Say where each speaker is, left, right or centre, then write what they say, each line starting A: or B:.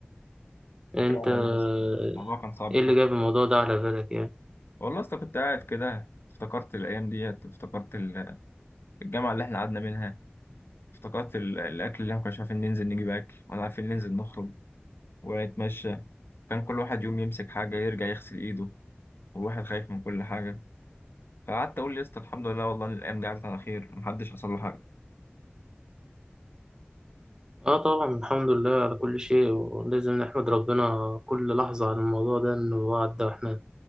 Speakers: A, on the right; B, on the left.
A: انت
B: فعلا والله
A: آه،
B: يا اسطى الموضوع كان صعب
A: ايه
B: فعلا
A: اللي جاب الموضوع ده على بالك يعني
B: والله يا اسطى كنت قاعد كده افتكرت الايام ديت افتكرت ال- الجامعه اللي احنا قعدنا منها افتكرت ال- الاكل اللي احنا كناش عارفين ننزل نجيب اكل ولا عارفين ننزل نخرج ونتمشى كان كل واحد يوم يمسك حاجه يرجع يغسل ايده والواحد خايف من كل حاجه فقعدت اقول يا اسطى الحمد لله والله إن الايام دي عدت على خير محدش حصل له حاجه
A: اه طبعا الحمد لله على كل شيء ولازم نحمد ربنا كل لحظة على الموضوع ده انه هو عدى واحنا